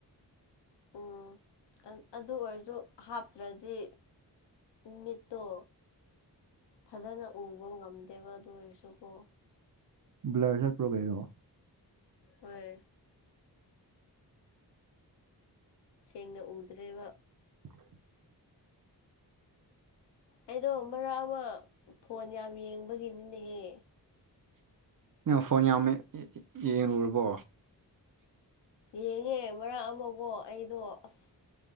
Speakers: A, on the left; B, on the right.
A: ꯎꯝ ꯑꯗꯨ ꯑꯣꯏꯔꯁꯨ ꯍꯥꯞꯇ꯭ꯔꯗꯤ ꯃꯤꯠꯇꯣ ꯐꯖꯅ ꯎꯕ ꯉꯝꯗꯦꯕ ꯑꯗꯨ ꯑꯣꯏꯔꯁꯨꯀꯣ
B: ꯕ꯭ꯂꯔꯁꯔ ꯄ꯭ꯔꯣꯒꯔꯣ
A: ꯍꯣꯏ ꯁꯦꯡꯅ ꯎꯗ꯭ꯔꯦꯕ
B: <inaudible>
A: ꯑꯩꯗꯣ ꯃꯔꯛ ꯑꯃ ꯐꯣꯟ ꯌꯥꯝ ꯌꯦꯡꯕꯒꯤꯅꯤꯅꯦꯍꯦ
B: ꯐꯣꯟ ꯌꯥꯝꯃꯦ ꯌꯦꯡꯨꯔꯕꯣ
A: ꯌꯦꯡꯉꯦ ꯃꯔꯛ ꯑꯃꯒꯣ ꯑꯩꯗꯣ ꯑꯁ